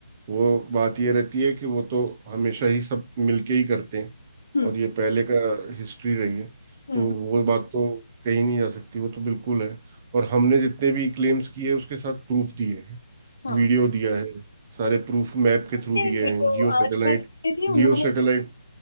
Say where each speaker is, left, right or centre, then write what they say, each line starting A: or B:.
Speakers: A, on the right; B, on the left.
A: वो बात ये रहती है कि वो तो हमेशा ही सब मिलके ही करते हैं
B: हम्म
A: और ये पहले का हिस्ट्री रही है
B: हम्म
A: तो वो बात तो कहीं नहीं जा सकती वो तो बिल्कुल है और हमने जितने भी क्लेम्स किए उसके साथ प्रूफ दिए हैं
B: हाँ
A: वीडियो दिया है सारे प्रूफ मैप के थ्रू
B: ये
A: दिए
B: वीडियो
A: हैं geo satellite
B: आज मैं देखी थी उन्होंने
A: geo satellite